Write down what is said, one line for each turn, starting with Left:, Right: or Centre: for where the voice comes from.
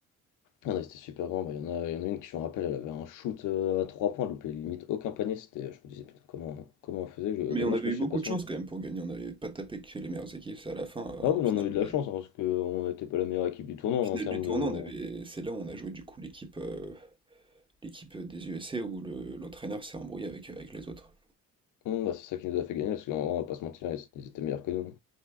Left: Ah, non, c'était super grand. bah, Il y en a, il y en a une qui, je me rappelle, elle avait un shoot euh, à 3 points, elle loupait limite aucun panier. C'était, je me disais, putain, comment, comment on faisait? je-
Right: Mais
Left: dommage
Right: on avait
Left: que
Right: eu
Left: je
Right: beaucoup
Left: sais pas son
Right: de chance
Left: jeu.
Right: quand même pour gagner, on n'avait pas tapé que les meilleures équipes, c'est à la fin, euh,
Left: Ah
Right: en
Left: oui,
Right: finale,
Left: on a eu
Right: on
Left: de
Right: avait-
Left: la chance, hein, parce qu'on n'était pas la meilleure équipe du tournoi
Right: finale
Left: en termes
Right: du tournoi,
Left: de. en-
Right: on avait, c'est là où on a joué du coup l'équipe euh, l'équipe des USA où le- l'entraîneur s'est embrouillé avec, euh, avec les autres.
Left: Hum, bah, c'est ça qui nous a fait gagner, parce qu'on on va pas se mentir, ils, ils étaient meilleurs que nous. hein.